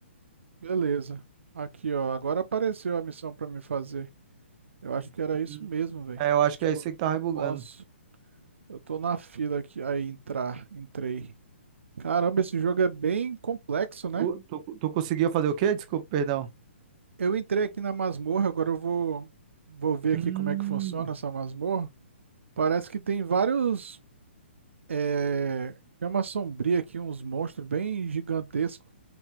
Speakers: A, on the right; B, on the right.
A: Beleza. Aqui, ó. Agora apareceu a missão pra me fazer. Eu acho que era isso
B: Hum.
A: mesmo, velho.
B: É, eu acho
A: Tipo,
B: que é isso
A: eu não
B: aí que tá rebugando.
A: posso. Eu tô na fila aqui. Aí, entrar. Entrei. Caramba, esse jogo é bem complexo, né?
B: Tu, tu, tu conseguiu fazer o quê? Desculpa, perdão.
A: Eu entrei aqui na masmorra. Agora eu vou, vou ver
B: Hum,
A: aqui como é que funciona essa masmorra. Parece que tem vários. É... Chama sombria aqui, uns monstros bem gigantescos.